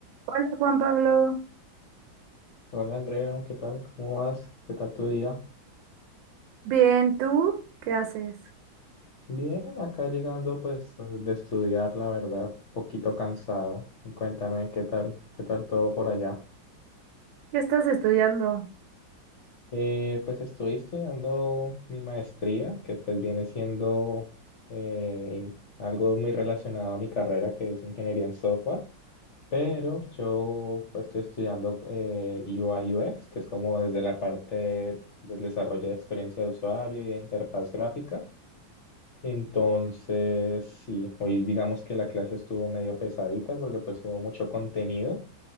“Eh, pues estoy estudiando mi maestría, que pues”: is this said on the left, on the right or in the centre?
Left